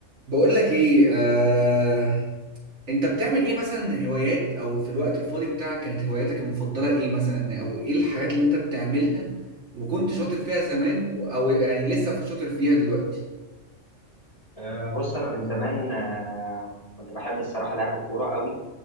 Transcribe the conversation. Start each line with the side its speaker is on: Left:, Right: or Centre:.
Right: بقول لك ايه آه... انت بتعمل ايه مثلا هوايات او في الوقت الفاضي بتاعك كانت هواياتك المفضلة ايه مثلا او ايه الحاجات اللي انت بتعملها وكنت شاطر فيها زمان او يعني لسه في شاطر فيها دلوقتي
Left: أه، بص انا من زمان أه، كنت بحب الصراحه لعب الكوره قوي